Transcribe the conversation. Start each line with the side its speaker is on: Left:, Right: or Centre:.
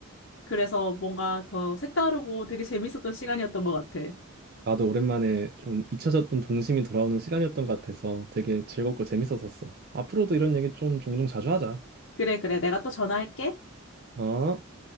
Left: 그래서 뭔가 더 색다르고 되게 재밌었던 시간이었던 것 같아.
Right: 나도 오랜만에 좀 잊혀졌던 동심이 돌아오는 시간이었던 것 같아서 되게 즐겁고 재밌었었어. 앞으로도 이런 얘기 좀 종종 자주 하자.
Left: 그래, 그래. 내가 또 전화할게.
Right: 어?